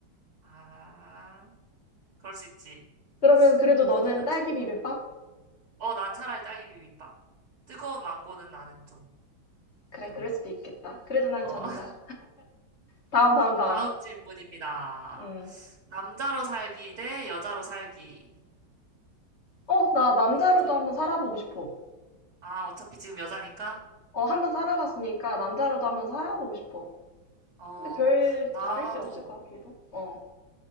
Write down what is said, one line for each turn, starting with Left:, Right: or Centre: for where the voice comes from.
Right: 아, 그럴 수 있지.
Left: 그러면 그래도 너는
Right: 또 다른
Left: 딸기
Right: 질문.
Left: 비빔밥?
Right: 어, 난 차라리 딸기 비빔밥. 뜨거운 망고는 나는 좀
Left: 그래,
Right: 별로.
Left: 그럴 수도 있겠다. 그래도 난
Right: 어,
Left: 전자. 다음, 다음, 다음.
Right: 다음 질문입니다.
Left: 음.
Right: 남자로 살기 대 여자로 살기.
Left: 어, 나 남자로도
Right: 이거 쭉.
Left: 한번 살아보고 싶어.
Right: 아, 어차피 지금 여자니까.
Left: 어, 한번 살아봤으니까 남자로도 한번 살아보고
Right: 어,
Left: 싶어.
Right: 어,
Left: 근데 별
Right: 나도,
Left: 다를 게 없을 것 같기도. 어.